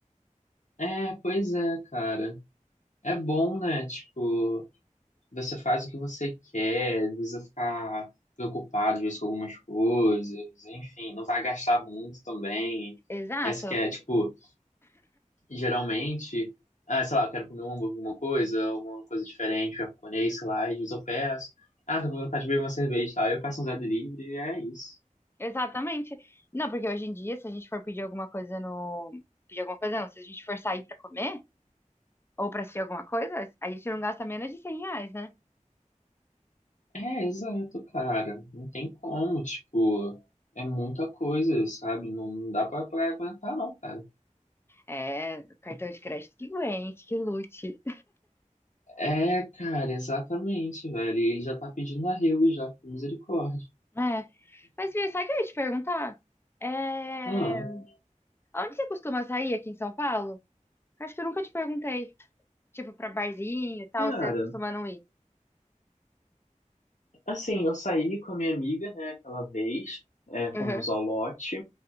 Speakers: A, on the left; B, on the left.
A: É, pois é, cara. É bom, né? Tipo, você faz o que você quer, não precisa ficar preocupado, às vezes, com algumas coisas. Enfim, não vai gastar muito também.
B: Exato.
A: Essa que é, tipo. geralmente, ah, sei lá, eu quero comer um hambúrguer, alguma coisa, uma coisa diferente, japonês, sei lá, e às vezes eu peço. Ah, tô com vontade de beber uma cerveja, tá? Eu peço um Zé Delivery e é isso.
B: Exatamente. Não, porque hoje em dia, se a gente for pedir alguma coisa no... Pedir alguma coisa, não. Se a gente for sair pra comer ou pra assistir alguma coisa, a gente não gasta menos de cem reais, né?
A: É, exato, cara. Não tem como, tipo, é muita coisa, sabe? Não, não dá pra, pra aguentar, não, cara.
B: É, cartão de crédito que aguente, que lute.
A: É, cara, exatamente, velho. E Ele já tá pedindo arrego já, por misericórdia.
B: É. Mas, Bia, sabe o que eu ia te perguntar? É...
A: Ah,
B: Onde você costuma sair aqui em São Paulo? Acho que eu nunca te perguntei. Tipo, pra barzinho e tal,
A: cara,
B: você costuma não ir?
A: assim, eu saí com a minha amiga, né, aquela vez, é, fomos
B: Uhum.
A: ao lote.